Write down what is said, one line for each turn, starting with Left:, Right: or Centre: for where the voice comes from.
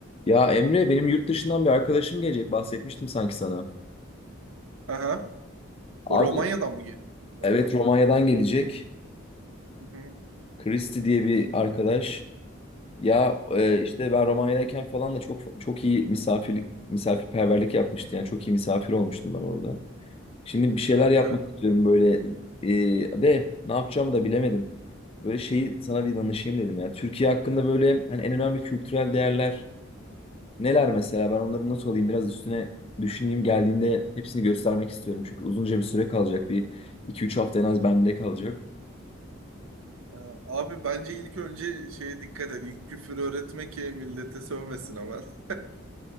Left: Ya Emre benim yurt dışından bir arkadaşım gelecek bahsetmiştim sanki sana.
Right: Aha.
Left: Abi
Right: O Romanya'dan mı geliyor
Left: evet
Right: abi?
Left: Romanya'dan gelecek.
Right: Hı hı.
Left: Kristi diye bir arkadaş. Ya
Right: Tamam.
Left: e, işte ben Romanya'dayken falan da çok çok iyi misafirlik misafirperverlik yapmıştı. Yani çok iyi misafir olmuştum ben orada. Şimdi bir şeyler yapmak
Right: Evet.
Left: istiyorum böyle e, de ne yapacağımı da bilemedim. Böyle şeyi sana bir danışayım dedim ya. Türkiye hakkında böyle hani en önemli kültürel değerler Neler mesela ben onları not alayım biraz üstüne düşüneyim geldiğinde hepsini göstermek istiyorum. Çünkü uzunca bir süre kalacak bir iki üç hafta en az bende kalacak. <laughs>
Right: Ha, Abi bence ilk önce şeye dikkat et. İlk küfür öğretme ki millete sövmesin hemen. <laughs>